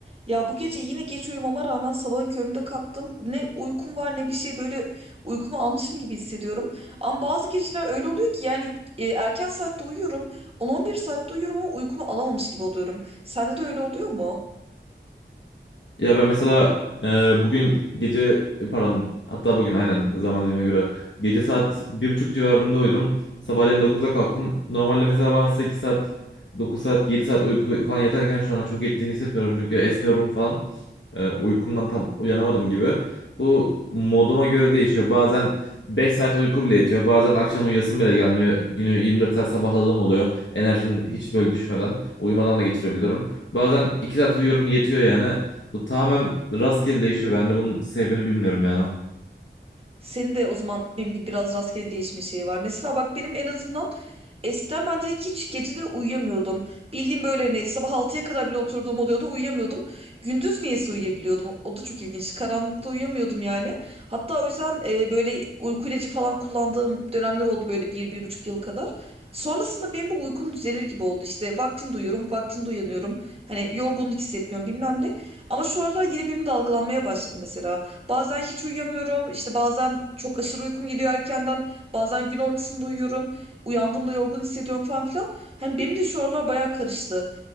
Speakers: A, on the right; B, on the left.
A: Ya bu gece yine geç uyumama rağmen sabahın köründe kalktım. Ne uykum var ne bir şey böyle uykumu almışım gibi hissediyorum. Ama bazı geceler öyle oluyor ki yani e, erken saatte uyuyorum. 10-11 saatte uyuyorum ama uykumu alamamış gibi oluyorum. Sende de öyle oluyor mu?
B: Ya ben mesela e, bugün gece e, pardon hatta bugün aynen zaman dilimine göre gece saat bir buçuk civarında uyudum. Sabahleyin 9'da kalktım. Normalde mesela bana 8 saat 9 saat 7 saat uyku falan yeterken şu anda çok ettiğini hissetmiyorum çünkü esniyorum falan. E, uykumdan tam uyanamadım gibi. Bu moduma göre değişiyor. Bazen 5 saat uyku bile yetiyor. Bazen akşam uyuyasım bile gelmiyor. Günü 24 saat sabahladığım oluyor. Enerjim hiç böyle düşmeden, uyumadan da geçirebiliyorum. Bazen 2 saat uyuyorum yetiyor yani. Bu tamamen rastgele değişiyor. Ben de bunun sebebini bilmiyorum yani.
A: Senin de o zaman benim gibi biraz rastgele değişmiş şey var. Mesela bak benim en azından eskiden ben direkt hiç geceleri uyuyamıyordum. Bildiğim böyle hani sabah altıya kadar bile oturduğum oluyordu uyuyamıyordum. Gündüz niyeyse uyuyabiliyordum. O da çok ilginç. Karanlıkta uyuyamıyordum yani. Hatta o yüzden e, böyle uyku ilacı falan kullandığım dönemler oldu böyle bir, bir buçuk yıl kadar. Sonrasında benim bu uykum düzelir gibi oldu. İşte vaktinde uyuyorum, vaktinde uyanıyorum. Hani yorgunluk hissetmiyorum bilmem ne. Ama şu aralar yine benim dalgalanmaya başladı mesela. Bazen hiç uyuyamıyorum. İşte bazen çok aşırı uykum geliyor erkenden. Bazen gün ortasında uyuyorum. Uyandığımda yorgun hissediyorum falan filan. Hani benim de şu aralar bayağı karıştı.